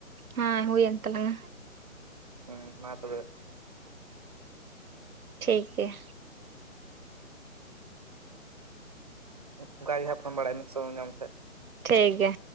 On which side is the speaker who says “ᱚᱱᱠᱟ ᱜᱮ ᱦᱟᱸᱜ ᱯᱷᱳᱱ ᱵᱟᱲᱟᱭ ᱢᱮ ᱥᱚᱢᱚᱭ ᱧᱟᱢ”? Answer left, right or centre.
Right